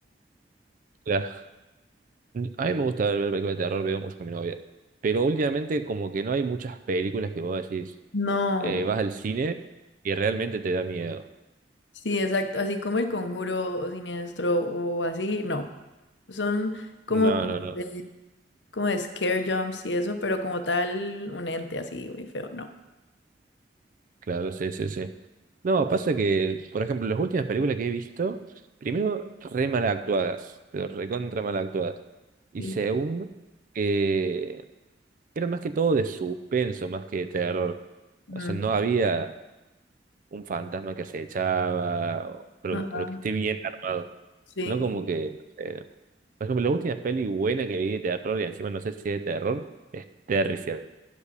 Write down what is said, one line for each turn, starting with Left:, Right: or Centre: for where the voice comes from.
Right: claro A mí me gusta ver películas de terror, veo mucho con mi novia. Pero últimamente como que no hay muchas películas que vos decís,
Left: No,
Right: eh, vas al cine y realmente te da miedo.
Left: sí, exacto, así como El Conjuro o Siniestro o así, no. Son como
Right: no no
Left: de,
Right: no
Left: como de scare jumps y eso, pero como tal, un ente así muy feo, no.
Right: Claro, sí, sí, sí. No, pasa que, por ejemplo, las últimas películas que he visto, primero, re mal actuadas, pero recontra mal actuadas. Y
Left: Sí.
Right: segundo, que eran más que todo de suspenso, más que de terror. O
Left: Mm,
Right: sea, no había un fantasma que se echaba o- pero,
Left: ajá,
Right: pero que esté bien armado.
Left: sí,
Right: Sino como que, eh, por ejemplo, la última peli buena que vi de terror, y encima no sé si es de terror, es Terrifier.